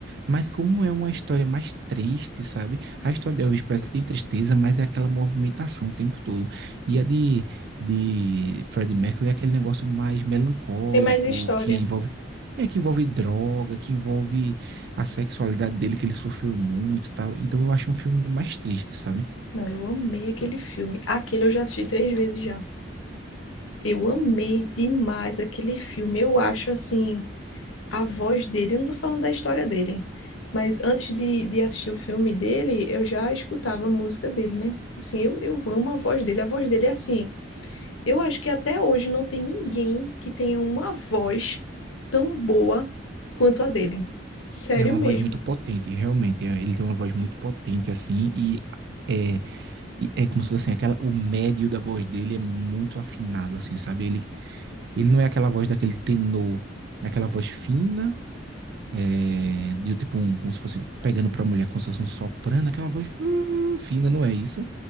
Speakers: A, on the right; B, on the left.
A: mas como é uma história mais triste, sabe? A história de Elvis Presley tem tristeza, mas é aquela movimentação o tempo todo. E a de, de Freddie Mercury é aquele negócio mais melancólico,
B: Tem mais história.
A: que envolve, é, que envolve droga, que envolve a sexualidade dele, que ele sofreu muito e tal. Então eu acho um filme mais triste, sabe?
B: Não, eu amei aquele filme. Aquele eu já assisti três vezes já. Eu amei demais aquele filme. Eu acho assim, a voz dele, eu não tô falando da história dele, mas antes de, de assistir o filme dele, eu já escutava a música dele, né? Assim, eu, eu amo a voz dele. A voz dele é assim, Eu acho que até hoje não tem ninguém que tenha uma voz tão boa quanto a dele. Sério
A: É uma
B: mesmo.
A: voz muito potente, realmente. é- Ele tem uma voz muito potente, assim, e é, e é como se fosse assim, aquela, o médio da voz dele é muito afinado, assim, sabe? Ele Ele não é aquela voz daquele tenor, é aquela voz fina, é, de tipo um, como se fosse pegando pra mulher, como se fosse um soprano, aquela voz hum, fina, não é isso?